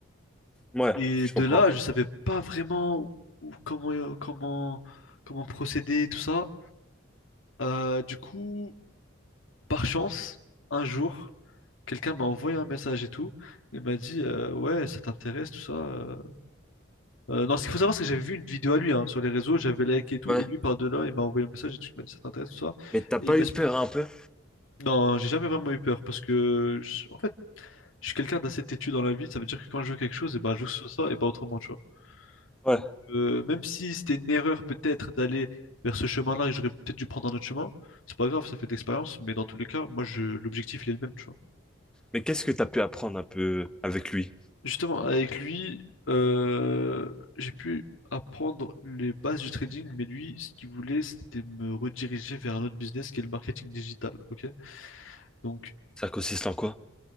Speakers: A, in the centre; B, on the left.
A: Ouais,
B: et
A: je
B: de
A: comprends.
B: là je savais pas vraiment où- où- comment euh, comment comment procéder tout ça Euh, du coup par chance un jour quelqu'un m'a envoyé un message et tout et m'a dit euh, ouais ça t'intéresse tout ça euh, Euh, non, ce qu'il faut savoir, c'est que j'avais vu une vidéo à lui hein, sur les réseaux, j'avais liké et tout,
A: Ouais.
B: et lui par-delà, il m'a envoyé un message et tout, il m'a dit ça t'intéresse, tout ça.
A: Mais t'as pas
B: Et il m'a
A: eu
B: expli-
A: peur un peu?
B: Non, j'ai jamais vraiment eu peur parce que, je- en fait, je suis quelqu'un d'assez têtu dans la vie, ça veut dire que quand je veux quelque chose, et ben, je veux que ça et pas autrement, tu vois.
A: Ouais.
B: Donc, euh, même si c'était une erreur peut-être d'aller vers ce chemin-là et j'aurais peut-être dû prendre un autre chemin, c'est pas grave, ça fait de l'expérience, mais dans tous les cas, moi, je... l'objectif, il est le même, tu vois.
A: Mais qu'est-ce que t'as pu apprendre un peu avec lui?
B: Justement, avec lui, euh, j'ai pu apprendre les bases du trading, mais lui, ce qu'il voulait, c'était me rediriger vers un autre business qui est le marketing digital. Ok? Donc,
A: Ça consiste en quoi?